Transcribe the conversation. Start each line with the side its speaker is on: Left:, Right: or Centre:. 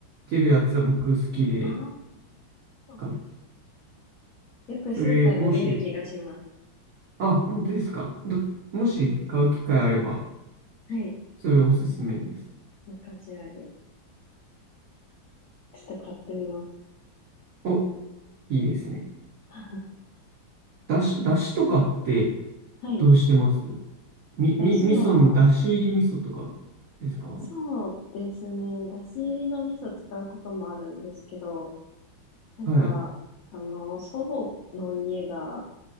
Right: てるやつは僕好きで、
Left: ああ。
Right: なんか
Left: よくスーパーで見る気がします。
Right: それ、もし、あ、本当ですか。だもし買う機会あれば、
Left: はい。
Right: それおすすめです。
Left: 中仕上げ。ちょっと買ってみます。
Right: おいいですね。
Left: <laughs>
Right: だし、だしとかって
Left: はい。
Right: どうしてますみ、
Left: だしは、
Right: み、味噌の、だし入り味噌とかですかは
Left: そうですね。だし入りの味噌使うこともあるんですけど、なんか、
Right: い、
Left: あの、祖母の家が、